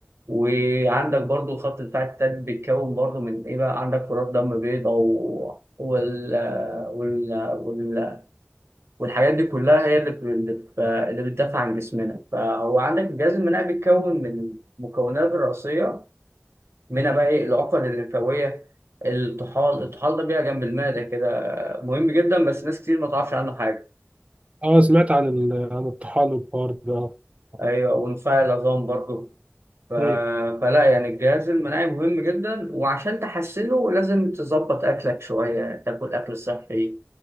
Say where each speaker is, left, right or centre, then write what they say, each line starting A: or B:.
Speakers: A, on the right; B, on the right.
A: وعندك برضو الخط الدفاع التالت بيتكون برضو من ايه بقى عندك كرات دم بيضاء و... وال... وال... وال... والحاجات دي كلها هي اللي بت- اللي بت- اللي بتدافع عن جسمنا فهو عندك الجهاز المناعي بيتكون من مكونات رئيسية منها بقى ايه العقد الليمفاوية الطحال الطحال ده بيبقى جنب المعدة كده مهم جدا بس ناس كتير ما تعرفش عنه حاجة
B: اه سمعت عن ال... عن الطحال والحوار ده اه
A: ايوه ونفاع العظام برضو ف...
B: مم.
A: فلا يعني الجهاز المناعي مهم جدا وعشان تحسنه لازم تظبط اكلك شويه تاكل اكل صحي